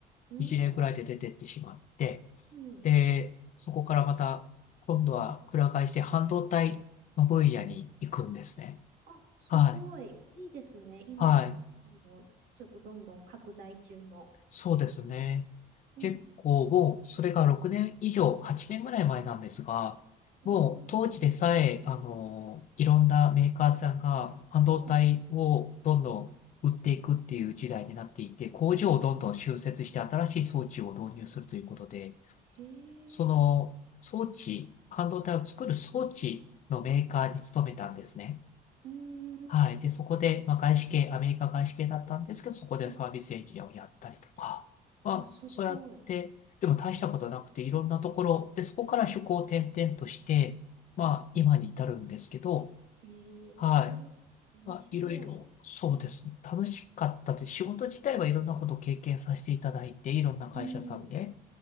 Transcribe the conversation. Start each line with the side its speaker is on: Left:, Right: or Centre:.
Right: うーん、
Left: 1年くらいで出てってしまって、
Right: うん。
Left: で、そこからまた今度はくら替えして半導体の分野に行くんですね。
Right: あ、すごい。
Left: はい。
Right: いいですね。今、
Left: はい。
Right: あの、ちょっとどんどん拡大中の。
Left: そうですね。
Right: うん。
Left: 結構もう、それが6年以上、8年ぐらい前なんですが、もう当時でさえ、
Right: ええ
Left: あの、いろんなメーカーさんが半導体をどんどん売っていくっていう時代になっていて、
Right: はい。
Left: 工場をどんどん新設して新しい装置を導入するということで、
Right: あ、そうなんだ。へ
Left: その装置、
Right: え、
Left: 半導体を作る装置のメーカーに勤めたんですね。
Right: うーん、
Left: はい。で、そこで、まあ、外資系、アメリカ外資系だったんですけど、そこでサービスエンジニアをやったりとか、
Right: うん
Left: まあ、
Right: あ、すごい。
Left: そうやって、でも大したことなくて、いろんなところ、で、そこから職を転々として、まあ、
Right: うん、
Left: 今に至るんですけど、
Right: へえ、
Left: はい。
Right: 面白い。
Left: まあ、いろいろ、そうです。楽しかったです。仕事自体はいろんなことを経験させていただいて、いろんな会社さんで、
Right: うん、う